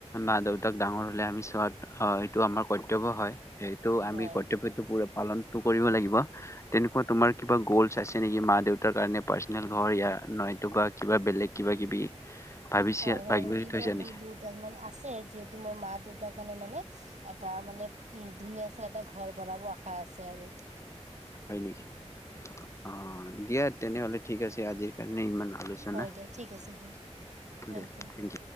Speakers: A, on the left (about 25°); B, on the right (about 85°).
A: মা দেউতাক ডাঙৰ হ'লে আমি চোৱাত হয় টো আমাৰ কৰ্তব্য হয় সেই। তো আমি
B: হয়
A: কৰ্তব্যটো পোৰা পালনটো কৰিব লাগিব তেনেকুৱা তোমাৰ কিবা গ'লছ আছে নেকি মা দেউতাৰ কাৰণে পাৰ্চনেল ঘৰ ইয়াৰ নয়তো বা কিবা বেলেগ কিবা কিবি ভাবিছে
B: হয় হয়
A: ভাবি
B: ম এনেকুৱা
A: থৈছা
B: মোৰ
A: নেকি
B: বহুত মানে আছে যিহেতু মোৰ মা দেউতাক কানে মানে এটা মানে উম ধুনীয়া চে এটা ঘৰ বনাব আশা আছে আৰু
A: হয় নেকি অ দিয়া তেনেহলে ঠিক আছে আজিৰ কাৰণে ইমান। আলোচনা
B: হয় দিয়া ঠিক আছে দিয়া ওৱেলকাম।
A: দিয়া Thank U